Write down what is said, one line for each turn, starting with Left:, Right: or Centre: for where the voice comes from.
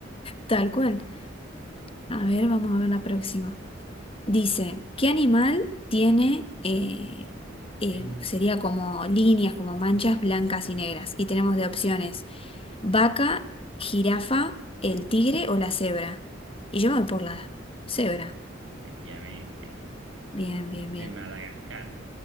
Left: tal cual. A ver, vamos a ver la próxima. Dice, ¿qué animal tiene, eh, eh,
Right: Lin,
Left: sería como líneas, como manchas blancas y negras? Y tenemos de opciones vaca, jirafa, el tigre o la cebra. Y yo me voy por la cebra.
Right: efectivamente.
Left: Bien, bien,
Right: De
Left: bien.
Right: Madagascar,